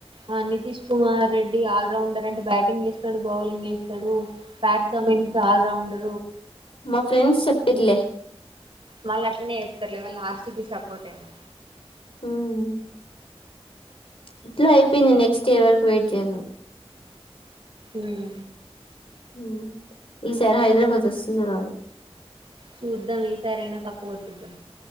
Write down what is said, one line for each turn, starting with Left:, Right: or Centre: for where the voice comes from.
Right: ఆ నితీష్ కుమార్ రెడ్డి ఆల్రౌండర్ అంటే బ్యాటింగ్ చేస్తాడు, బౌలింగ్ చేస్తాడు. బ్యాట్స్
Left: హుహు.
Right: Mens allrounder.
Left: మా ఫ్రెండ్స్ చెప్పిర్లే.
Right: వాళ్ళు అట్లనే చెప్తార్లే, వాళ్ళు ఆర్ సి బి సపోర్ట్ ఏమో.
Left: ఉమ్మ్ ఇట్లా అయిపోయింది. నెక్స్ట్ ఇయర్ వరకు వెయిట్ చెయ్యాల్ నువ్.
Right: ఊమ్
Left: ఉమ్మ్ ఈ సారి హైదరాబాద్ వస్తున్నార్ ఆళ్ళు.
Right: చూద్దాం ఈసారైనా కప్పు కొట్టుదో.